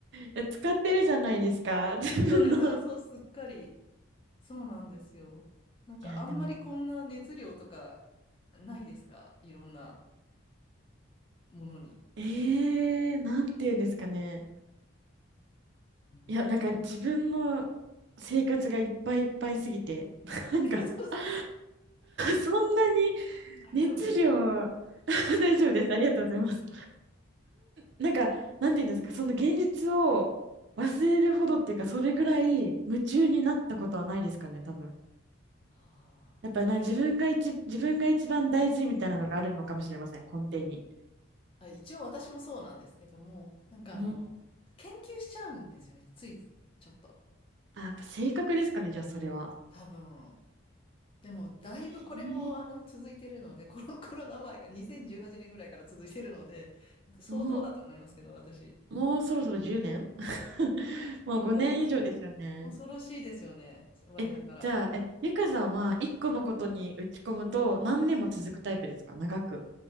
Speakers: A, on the right; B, on the left.
A: え、使ってるじゃないですか、<laughs> 自分の。
B: そう、そうすっかり。そうなんですよ。なんかあんまりこんな熱量とか
A: いや、でも、
B: ないですかいろんなものに。
A: えー、なんて言うんですかね。
B: うん
A: いや、なんか自分の生活がいっぱいいっぱいすぎて、<laughs>
B: <laughs>
A: なんか
B: えそう
A: <laughs> そんなに
B: 大丈夫ですか
A: 熱量 <laughs> 大丈夫です。ありがとうございます。なんか、なんて言うんですか、その現実を忘れるほどっていうか、それぐらい夢中になったことはないですかね、多分。
B: あ
A: やっぱりな、自分が一、自分が一番大事みたいなのがあるのかもしれません、根底に。
B: ーあ、一応私もそうなんですけども、なんかあの、
A: うん。
B: 研究しちゃうんですよね。ついちょっと。
A: あ、やっぱ性格ですかね、じゃあそれは。
B: 多分。でも、だいぶこれもあの続いてるので、
A: えー、
B: <laughs> コロ、コロナ前か、2018年ぐらいから続いてるので、相当だと思いますけど、
A: お
B: 私。
A: もうそろそろ10年 <laughs> もう5年以上ですよね。
B: <laughs> 恐ろしいですよね、我ながら。
A: え、じゃあ、え、ゆかさんは1個のことに打ち込むと何年も続くタイプですか長く。
B: はい。